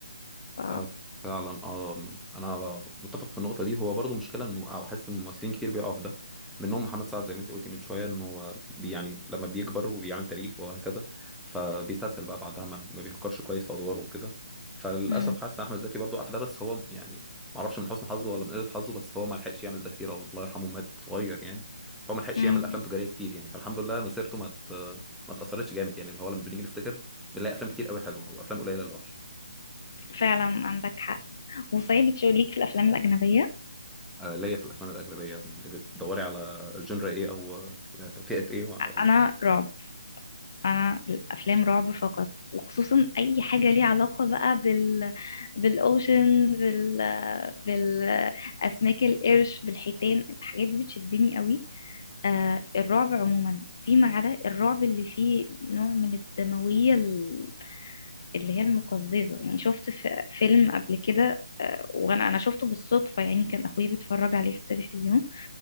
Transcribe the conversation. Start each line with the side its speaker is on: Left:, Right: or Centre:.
Left: ف
Centre: آه، فعلا اه انا متفق في النقطه دي هو برضو مشكله انه حاسس ان ممثلين كتير بيقعوا في ده منهم محمد سعد زي ما انت قلتي من شويه انه بي- يعني لما بيكبر وبيعمل تاريخ وهكذا فبيستسهل بقى بعدها ما ما بيفكرش كويس في ادواره وكده فللاسف
Left: مم.
Centre: حاسس ان احمد زكي برضو قاع في ده بس هو يعني ما اعرفش من حسن حظه ولا من قله حظه بس هو ما لحقش يعمل ده كتير الله يرحمه مات صغير يعني فهو ما لحقش
Left: مم.
Centre: يعمل افلام تجاريه كتير يعني فالحمد لله مسيرته ما ت- ما اتاثرتش جامد يعني اللي هو لما بنيجي نفتكر بنلاقي افلام كتير قوي حلوه وافلام قليله اللي وحشه
Left: فعلا عندك حق وصحيح بتشوف ليك في الافلام الاجنبيه
Centre: آه، ليا في الافلام الاجنبيه يعني بتدوري على جنرا ايه او آه، فئه ايه وهقول
Left: انا
Centre: لك
Left: رعب انا الافلام رعب فقط وخصوصا اي حاجه ليها علاقه بقى بال بالاوشن بال بالاسماك القرش بالحيتان الحاجات دي بتشدني قوي آه الرعب عموما فيما عدا الرعب اللي فيه نوع من الدمويه ال- اللي هي المقززه يعني شفت في فيلم قبل كده آه وانا انا شفته بالصدفه يعني كان اخويا بيتفرج عليه في التلفزيون